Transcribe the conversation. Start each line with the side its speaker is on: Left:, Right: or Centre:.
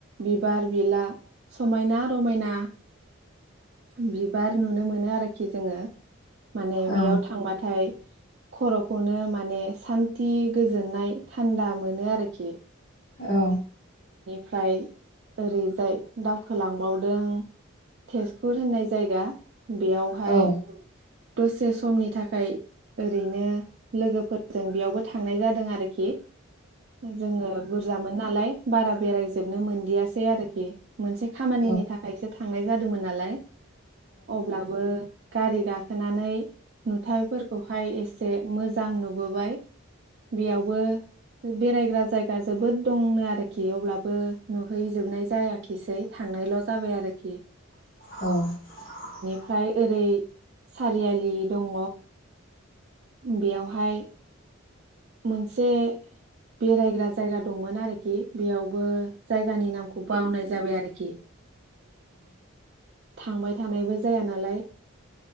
Right: बिबार बिला समायना रमायना बिबार नुनो मोनो आरोखि जोङो माने
Left: औ
Right: बेयाव थांबाथाय खर'खौनो माने सान्थि गोजोननाय थान्दा मोनो आरोखि
Left: औ
Right: फ्राय ओरैजाय दावखोलांबावदों टेस पुर होननाय जायगा बेयावहाय
Left: औ
Right: दसे समनि थाखाय ओरैनो लोगोफोरजों बेयावबो थांनाय जादों आरोखि जोङो बुरजामोन नालाय बारा बेरायजोबनो मोनदियासै आरोखि मोनसे खामानिनि
Left: औ
Right: थाखायसो थांनाय जादोंमोन नालाय अब्लाबो गारि गाखोनानै नुथायाइफोरखौहाय एसे मोजां नुबोबाय बेयावबो बेरायग्रा जायगा जोबोद दंनो आरोखि अब्लाबो नुहैजोबनाय जायाखिसै थांनायल' जाबाय आरोखि
Left: औ
Right: फ्राय ओरै सारियालि दङ बेयावहाय मोनसे बेरायग्रा जायगा दंमोन आरोखि बेयावबो जायगानि नामखौ बावनाय जाबाय आरोखि थांबाय थानायबो जाया नालाय